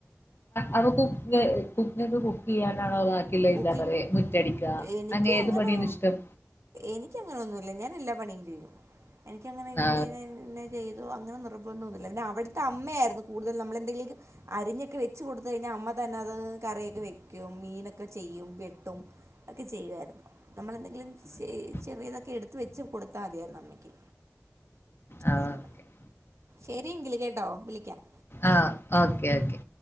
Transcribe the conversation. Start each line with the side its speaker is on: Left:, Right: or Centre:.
Left: അത് കുക്കനെ കുക്ക് ചെയ്യാനാണോ ബാക്കിയുള്ള
Right: കുക്കിംഗ്
Left: എന്താ പറയാ മുറ്റടിക്കുക
Right: എനിക്ക്
Left: അങ്ങനെ ഏത്
Right: അങ്ങനൊ
Left: പണിയാണ് ഇഷ്ടം
Right: എനിക്കങ്ങനെ ഒന്നുല്ല ഞാൻ എല്ലാ പണിയും ചെയ്യും എനിക്കങ്ങനെ ഇന്നന
Left: ആ
Right: പിന്നെ ചെയ്തോ അങ്ങനെ നിർബന്ധം ഒന്നുമില്ല പിന്നെ അവിടുത്തെ അമ്മയായിരുന്നു കൂടുതൽ നമ്മള് എന്തെങ്കിലൊക്കെ അരിഞ്ഞൊക്കെ വെച്ച് കൊടുത്ത് കഴിഞ്ഞാ അമ്മ തന്നെ അത് കറിയൊക്കെ വെക്കും മീനൊക്കെ ഒക്കെ ചെയ്യും വെട്ടും ഒക്കെ ചെയ്യുമായിരുന്നു നമ്മളെന്തെങ്കിലും
Left: ഓക്കെ
Right: ചെറിയതൊക്കെ എടുത്ത് വെച്ച് കൊടുത്താൽ മതിയായിരുന്നു അമ്മയ്ക്ക്
Left: ആ ആ
Right: അങ്ങനെ
Left: ഓക്കെ
Right: ശരിയെങ്കിൽ കേട്ടോ വിളിക്കാം
Left: ആഹ് ഓക്കേ ഓക്കേ